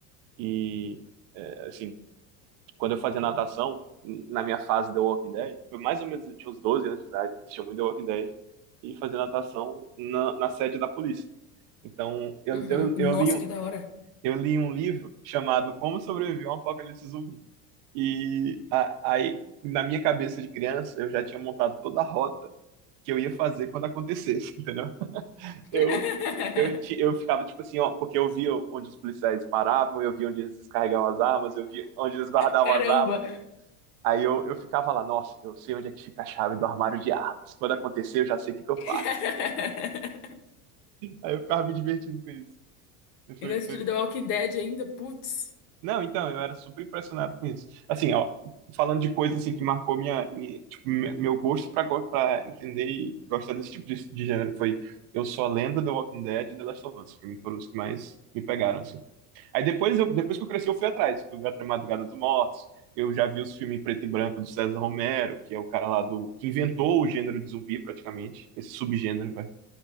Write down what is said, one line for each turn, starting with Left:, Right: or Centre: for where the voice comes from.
Right: E, é, assim, quando eu fazia natação, na minha fase The Walking Dead, foi mais ou menos, eu tinha uns 12 anos de idade, assistia muito The Walking Dead, e fazia natação na, na sede da polícia. Então, eu,
Left: Uhum.
Right: eu,
Left: Nossa,
Right: eu li, um-
Left: que da hora.
Right: eu li um livro chamado Como Sobreviver a um Apocalipse Zumbi. E a- aí, na minha cabeça de criança, eu já tinha montado toda a rota que eu ia fazer quando acontecesse, <laughs> entendeu?
Left: <laughs>
Right: Eu, eu, ti- eu ficava tipo assim, ó, porque eu via onde os policiais paravam, eu via onde eles descarregavam as armas, eu via onde eles guardavam
Left: Caramba.
Right: as armas. Aí eu, eu ficava lá, nossa, eu sei onde é que fica a chave do armário de armas. Quando acontecer, eu já sei o que que eu
Left: <laughs>
Right: faço. Aí eu ficava me divertindo com isso. Foi,
Left: Ainda assistindo
Right: foi,
Left: The Walking Dead ainda, putz.
Right: Não, então, eu era super impressionado com isso. Assim, ó, falando de coisas assim que marcou minha, mi- tipo, me- meu gosto pra go- pra entender e gostar desse tipo de, de gênero foi Eu Sou a Lenda, The Walking Dead e The Last of Us. Pra mim foram os que mais me pegaram, assim. Aí depois, eu, depois que eu cresci, eu fui atrás. Fui ver A Madrugada dos Mortos. Eu já vi os filmes em preto e branco do César Romero, que é o cara lá do, que inventou o gênero de zumbi, praticamente. Esse subgênero, vai.